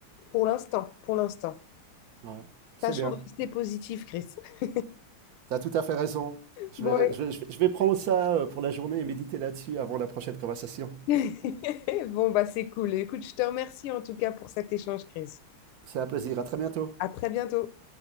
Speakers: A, on the left; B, on the right.
A: pour l'instant, pour l'instant.
B: Ouais. C'est
A: Tâchons
B: bien.
A: de rester positif, Chris. <laughs>
B: T'as tout à fait raison. Je
A: Bon,
B: vais, je vais- je vais je vais prendre ça euh, pour la journée et méditer là-dessus avant la prochaine conversation.
A: <laughs> Bon, bah c'est cool. Écoute, je te remercie en tout cas pour cet échange, Chris.
B: C'est un plaisir. À très bientôt.
A: À très bientôt.